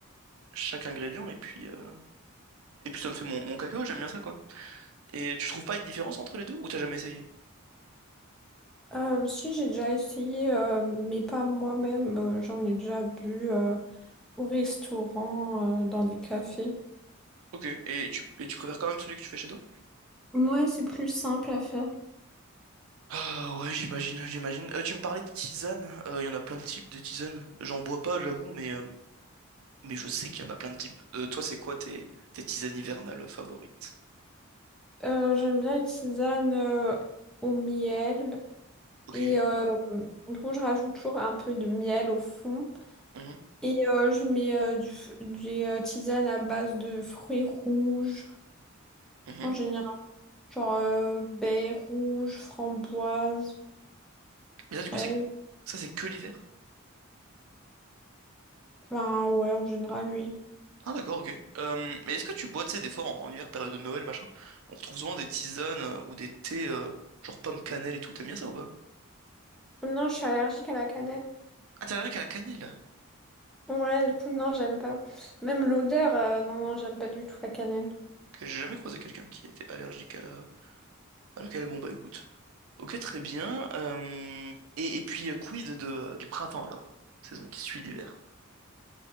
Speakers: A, on the right; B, in the centre.
A: chaque ingrédient et puis euh, et puis ça me fait mon, mon cacao. J'aime bien ça quoi. Et tu trouves pas une différence entre les deux ou t'as jamais essayé?
B: Euh, si j'ai déjà essayé, euh, mais pas moi-même. euh, j'en ai déjà bu euh, au restaurant, euh, dans des cafés.
A: Ok. Et tu et tu préfères quand même celui que tu fais chez toi?
B: Ouais, c'est plus simple à faire.
A: Ah ouais, j'imagine, j'imagine. Euh, tu me parlais de tisane. Euh, Il y en a plein de types de tisane. J'en bois pas, j'avoue, mais euh, Mais je sais qu'il y en a plein de types. Euh, toi, c'est quoi tes, tes tisanes hivernales favorites?
B: Euh, j'aime bien les tisanes euh, au miel.
A: Ok.
B: Et euh, du coup, je rajoute toujours un peu de miel au fond.
A: Mhm,
B: Et euh, je mets euh, du f- des euh, tisanes à base de fruits rouges.
A: mhm.
B: En général, genre euh, baies rouges, framboises,
A: Mais
B: fraises.
A: ça, du coup, c'est ça, c'est que l'hiver?
B: Ben ouais, en général, oui.
A: Ah, d'accord, ok. Euh, mais est-ce que tu bois, tu sais, des fois, en, en hiver, période de Noël, machin, on retrouve souvent des tisanes euh, ou des thés, euh, genre pomme cannelle et tout. T'aimes bien ça ou pas?
B: Non, je suis allergique à la cannelle.
A: Ah, t'es allergique à la cannelle?
B: Ouais, du coup, non, j'aime pas. Même l'odeur, euh, non, non, j'aime pas du tout la cannelle.
A: Que j'ai jamais croisé quelqu'un qui était allergique à la, à la cannelle. Bon, bah, écoute. Ok, très bien. Euh, et, et puis, euh, quid de, euh, du printemps, alors? Saison qui suit l'hiver.